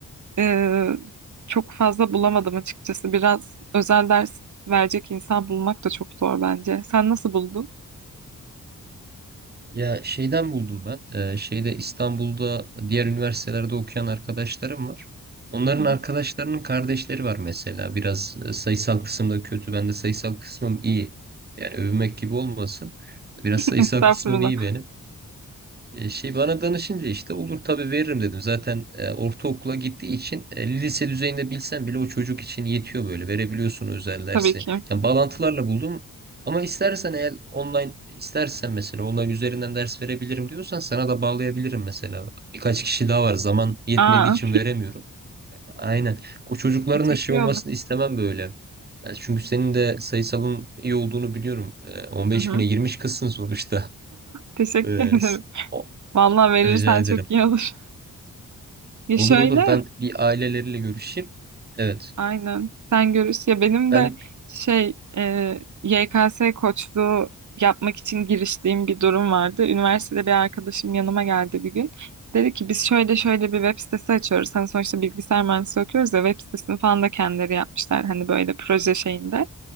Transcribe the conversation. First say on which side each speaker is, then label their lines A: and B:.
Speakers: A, on the right; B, on the right.
A: e, çok fazla bulamadım açıkçası. Biraz özel ders verecek insan bulmak da çok zor bence. Sen nasıl buldun?
B: Ya şeyden buldum ben. Ee, şeyde İstanbul'da diğer üniversitelerde okuyan arkadaşlarım var. Onların
A: <laughs>
B: arkadaşlarının kardeşleri var mesela. Biraz e, sayısal kısımda kötü. Ben de sayısal kısmım iyi. Yani övünmek gibi olmasın. Biraz sayısal
A: Estağfurullah.
B: kısmım iyi benim. E, Şey bana danışınca işte olur tabii veririm dedim. Zaten e, ortaokula gittiği için e, lise düzeyinde bilsen bile o çocuk için yetiyor böyle. Verebiliyorsun özel dersi.
A: Tabii ki.
B: Yani bağlantılarla buldum. Ama istersen eğer online istersen mesela online üzerinden ders verebilirim diyorsan sana da bağlayabilirim mesela. Birkaç kişi daha var. Zaman yetmediği
A: Aa,
B: için veremiyorum. Aynen. O çocukların
A: e, çok
B: da şey
A: iyi
B: olmasını
A: olur.
B: istemem böyle. Yani Çünkü senin de sayısalın iyi olduğunu biliyorum. E, 15
A: Hı hı.
B: bine girmiş kızsın sonuçta.
A: Teşekkür
B: Ee,
A: <laughs> ederim.
B: s- o-
A: Vallahi verirsen
B: rica ederim.
A: çok iyi olur. Ya
B: Olur
A: şöyle,
B: olur ben bir aileleriyle görüşeyim. Evet.
A: aynen. Sen görürsün. Ya benim
B: Ben
A: de şey, e, YKS koçluğu yapmak için giriştiğim bir durum vardı. Üniversitede bir arkadaşım yanıma geldi bir gün. Dedi ki biz şöyle şöyle bir web sitesi açıyoruz. Hani sonuçta bilgisayar mühendisliği okuyoruz ya web sitesini falan da kendileri yapmışlar. Hani böyle proje şeyinde.